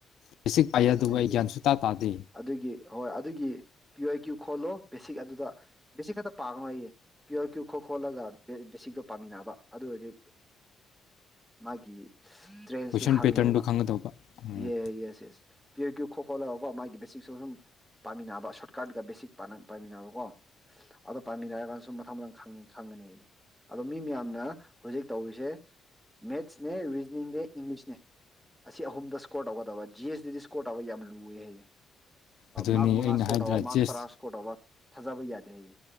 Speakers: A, on the left (about 75°); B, in the centre.
A: ꯄꯁꯤꯛ ꯄꯥꯏ ꯑꯗꯨꯕꯨ
B: ꯑꯗꯨꯒꯤ
A: ꯑꯩ ꯒ꯭ꯌꯥꯟ ꯁꯨ ꯇ ꯇꯥꯗꯦ
B: ꯑꯗꯨꯒꯤ ꯍꯣꯏ ꯑꯗꯨꯒꯤ ꯄꯤꯌꯣꯔ ꯀ꯭ꯌꯨ ꯈꯣꯜꯂꯣ ꯕꯦꯁꯤꯛ ꯑꯗꯨꯗ ꯕꯦꯁꯤꯛ ꯈꯛꯇ ꯄꯥꯉꯌꯦ ꯄꯤꯌꯣꯔ ꯀ꯭ꯌꯨ ꯈ ꯈꯣꯜꯂꯒ ꯕꯦꯁꯤꯛꯇꯣ ꯄꯥꯝꯃꯤꯟꯅꯕ ꯑꯗꯨ ꯑꯣꯏꯔꯗꯤ ꯃꯥꯒꯤ ꯇ꯭ꯔꯦꯟꯁꯇꯣ
A: ꯀꯣꯏꯁꯟ
B: ꯈꯪꯉꯦꯕ
A: ꯄꯦꯇꯔꯟꯗꯨ ꯈꯪꯒꯗꯧꯕ ꯎꯝ
B: ꯌꯦ ꯌꯦꯁ ꯌꯦꯁ ꯄꯨ ꯀꯌꯨ ꯁꯨꯈꯂ ꯍ ꯃꯥꯒꯤ ꯕꯦꯁꯤꯛ ꯑꯗꯨꯝ ꯄꯥꯃꯤꯟꯅꯕ ꯁꯣꯔꯠ ꯀꯠ ꯕꯦꯁꯤꯛ ꯄꯥꯏꯃꯤꯟꯅꯕ ꯀꯣ ꯑꯗꯣ ꯄꯥꯏꯃꯤꯟꯅꯔꯀꯥꯟꯁꯨ ꯃꯊꯪ ꯃꯊꯪꯪꯉ ꯈꯪꯒꯅꯤ ꯍꯥꯏꯌꯦ ꯑꯗꯣ ꯃꯤ ꯃꯌꯥꯝꯅ ꯍꯧꯖꯤꯛ ꯇꯧꯔꯤꯁꯦ ꯃꯦꯠꯁꯅꯦ ꯔꯤꯖꯅꯤꯡꯅꯦ ꯏꯪꯂꯤꯁꯅꯦ ꯑꯁꯤ ꯑꯍꯨꯝꯗ ꯏꯁꯀꯣꯔ ꯇꯧꯒꯗꯕ ꯖꯤ ꯑꯦꯁ ꯗꯤ ꯏꯁꯀꯣꯔ ꯇꯧꯕ ꯌꯥꯝ ꯂꯨꯏ ꯍꯥꯏꯌꯦ ꯑꯦ
A: ꯑꯗꯨꯅꯤ
B: ꯃꯥꯔ ꯃꯉꯥ
A: ꯑꯩꯅ
B: ꯁ꯭ꯀꯣꯔꯠ
A: ꯍꯥꯏꯗ꯭ꯔꯥ
B: ꯇꯧꯕ ꯃꯥꯔꯛ
A: ꯖꯦꯁ
B: ꯇꯔꯥ ꯁꯀꯣꯔꯠꯧꯕ ꯊꯥꯖꯕ ꯌꯥꯗꯦ ꯑꯩ